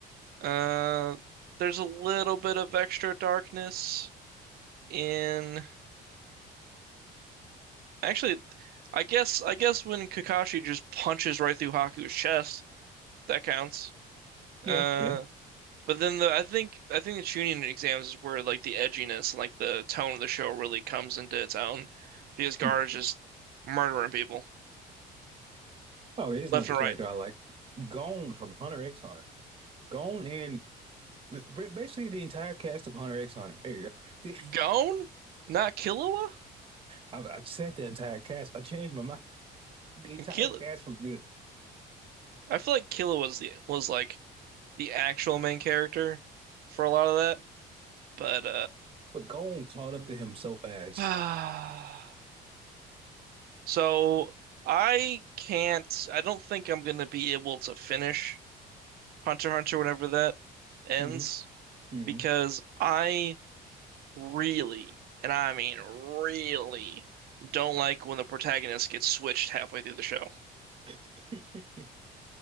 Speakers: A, on the right (about 65°); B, on the right (about 30°).
A: uh, there's a little bit of extra darkness in actually, I guess I guess when Kakashi just punches right through Haku's chest, that counts.
B: Yeah.
A: Uh,
B: Yeah.
A: But then the I think I think the tuning exams is where like the edginess and like the tone of the show really comes into its own because Gar
B: Hmm.
A: is just murdering people
B: Oh, here's another
A: left and
B: character
A: right.
B: I like. Gone from Hunter X Hunter. Gone and ba- Basically, the entire cast of Hunter X Hunter. There you go. The-
A: Gone? Not Killua?
B: I, I said the entire cast. I changed my mind. <laughs> The entire
A: Kill
B: cast was good,
A: I feel like Killua was the was like the actual main character for a lot of that, but
B: but Gon caught up to him so fast.
A: uh <sighs> so I can't I don't think I'm gonna be able to finish Hunter x Hunter whenever that ends
B: hmm hmm
A: because I really, and I mean really, don't like when the protagonist gets switched halfway through the show.
B: <laughs>